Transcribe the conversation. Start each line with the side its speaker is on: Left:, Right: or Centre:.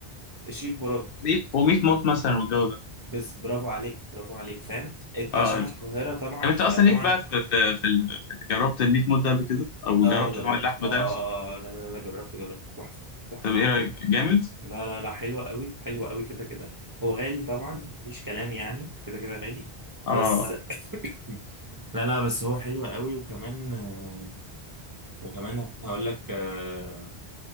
Right: الشيف براك
Left: ميت وميت موت مثلا والجو ده
Right: بس برافو عليك برافو عليك فاهم انت
Left: اه
Right: عشان
Left: آه.
Right: القاهره طبعا
Left: طب انت
Right: فطبعا
Left: اصلا ليك بقى في في في, ال... في ال- جربت الميت موت ده قبل كده او
Right: اه
Left: جربت
Right: جربت
Left: نوع اللحم
Right: اه, آه,
Left: ده نفسه
Right: آه آه، لا لا لا جربت جربت تحفه تحفه
Left: طب ايه رايك جامد
Right: لا لا لا حلوة قوي حلوة قوي كده كده هو غالي طبعا مفيش كلام يعني كده كده غالي
Left: اه
Right: بس <coughs> لا لا بس هو حلو قوي وكمان آه، وكمان هقول لك آه،